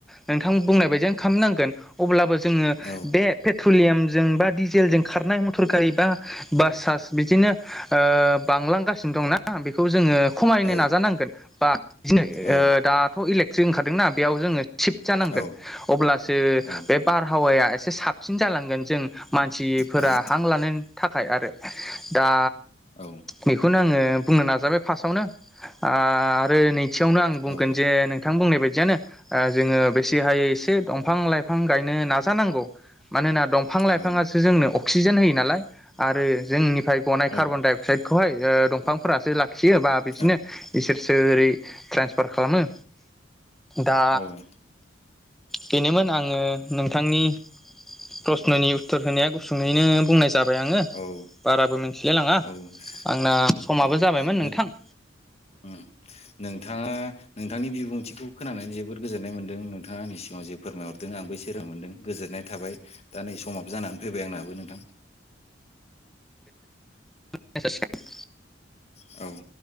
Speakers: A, in the centre; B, on the left.
A: नोंथां बुंनाय बायदियानो खालामनांगोन अब्लाबो जोङो
B: औ
A: बे पेट्रलियामजों बा डिजेलजों खारनाय मटर गारि बा बासास बिदिनो ओ बांलांगासिनो दंना बेखौ जोङो खमायनो
B: औ
A: नाजानांगोन बा बिदिनो
B: औ
A: ओ दाथ' इलेक्ट्रिक ओंखारदोंना बेयाव जोङो सिफ्ट जानांगोन
B: औ
A: अब्लासो
B: औ
A: बे बारहावाया एसे साबसिन जालांगोन जों मानसिफोरा
B: औ
A: हां लानायनि थाखाय आरो दा
B: औ।
A: बेखौनो आङो बुंनो नाजाबाय फार्स्टआवनो आरो नैथियावनो आं
B: औ
A: बुंगोन जे नों थां बुंनाय बायदियानो जोङो बेसे हायो एसे दंफां लाइ फां गायनो नाजानांगौ मानोना दंफां लाइफाङासो
B: औ
A: जोंनो अक्सिजेन होयो नालाय। आरो जोंनिफ्राय गनाय
B: औ
A: कार्बन डाइ अक्साइदखौहाय ओ दं फांफोरासो लाखियो बा बिदिनो
B: औ
A: इसोरसो ओरै ट्रेन्सफार खालामो। दा
B: औ
A: बेनोमोन आङो नोंथांनि ‌ प्रस्न'नि उत्तर होनाया गुसुङैनो बुंनाय जाबाय आङो।
B: औ।
A: बाराबो मिथिलाय लाङा
B: औ
A: आंना समाबो
B: औ
A: जाबायमोन
B: नों
A: नोंथां
B: उम। नोंथाङा नोंथांनि बिबुंथिखौ खोनानानै जोबोद गोजोननाय मोन्दों नोंथाङा आंनि सिगाङाव जेब फोरमायहरदों आंबो सेरा मोनदों गोजोननाय थाबाय दा नै समाबो जानानै फैबाय आंनाबो नोंथां।
A: <unintelligible>
B: औ